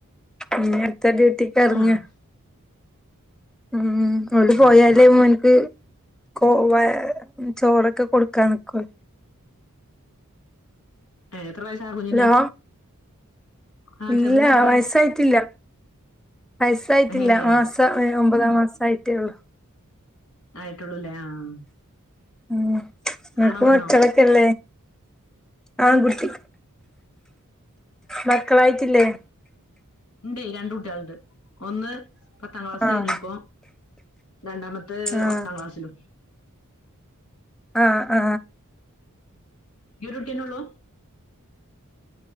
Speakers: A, in the centre; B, on the left.
A: ഉം നി അട്ത്ത ഡ്യൂട്ടിക്ക് എറങ്ങ്
B: ആഹ്
A: ഉം ഓൾഡ്
B: ആഹ്
A: പോയാല് മോന്ക്ക് കോ വ ചോറൊക്കെ കൊടുക്കാന്ന്ക്കൊ
B: ഏഹ് എത്ര വയസാ കുഞ്ഞിന്
A: ഹലോ
B: ആഹ്
A: ഇല്ല
B: ചെറുതിന് എത്രേ
A: വയസായിട്ടില്ല വയസായിട്ടില്ല
B: ഏഹ്
A: മാസ പ്പതാമസായിട്ടേള്ളൂ
B: ആയിട്ടുള്ളൂല്ലേ ആഹ്
A: ഉം ങ്ങക്ക്
B: ആണോ പെണ്ണോ
A: മക്കെളൊക്കെല്ലേ ആൺകുട്ടി മക്കളായ്റ്റ്ല്ലേ
B: ണ്ടേ രണ്ട് കുട്ട്യാള്ണ്ട് ഒന്ന് പത്താം ക്ലാസ്
A: ആഹ്
B: കയ്ഞ്ഞു പ്പോ രണ്ടാമത്തെ
A: ആഹ്
B: ഒന്നാം ക്ലാസ്സിലും
A: ആ ആ
B: ഈരുട്ട്യന്നെള്ളു